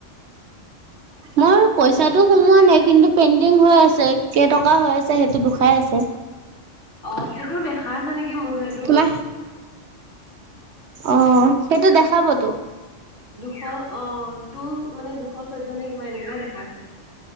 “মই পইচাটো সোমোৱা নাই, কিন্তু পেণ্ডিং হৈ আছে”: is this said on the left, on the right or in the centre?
Right